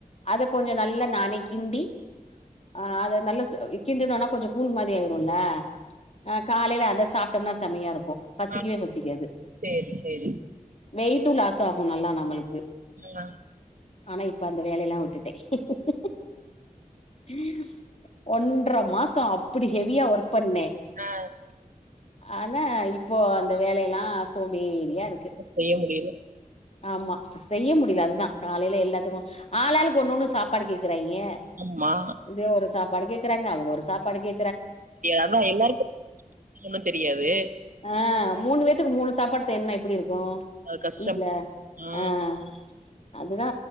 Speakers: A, on the left; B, on the right.
A: அத கொஞ்ச நல்லா நானே கிண்டி ஆஹ் அத நல்ல க்கிந்து தா ஆனா கொஞ்சொ கூல் மாரி ஆயிருச்சு கோல்லெ ஆஹ் காலைலெ அத சாப்டம்னா செம்மையாருக்கு பசிக்கிவே
B: ஆ
A: பசிக்காது
B: சேரி சேரி
A: வெயிட்டுலாஸாவாது மூனு நாளா நமலுக்
B: ஆ
A: ஆனா இப்பெ அந்த வேலையெல்லா விட் டுடெ <unintelligible> <unintelligible> ஒன்றர மாசம் அப்டி ஹெவியா ஒர்க் பண்ணே
B: ஆ
A: ஆனா இப்போ அந்த வேலயெல்லா ஆஹ் சோம்பேரியா இருக்கு
B: என்ன செய்ய முடியல
A: ஆமா செய்ய முடில அது தா காலைல எல்லாத்துக்கும் ஆளாளுக்கு ஒன்னொன்னு சாப்பாடு கேக்குறாய ய
B: ஆமா
A: இவ ஒரு சாப்பாடு கேக்குறாங்க அவங்க ஒரு சாப்பாடு கே
B: அதா எல்லாருக்கும் ஒன்னு தெரியாது
A: ஆ மூணு பேத்துக்கு மூணு சாப்பாடு செய்யணும்னா எப்டி இருக்கு கும்
B: அது கஷ்டம்
A: வீட்டுல
B: ஆ
A: ஆஹ் அது தா